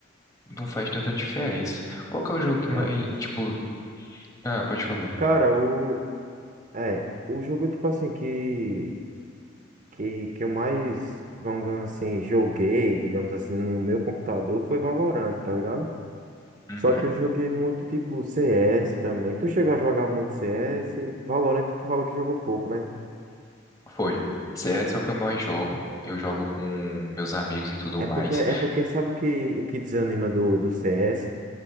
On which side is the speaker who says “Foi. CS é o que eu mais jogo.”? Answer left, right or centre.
Left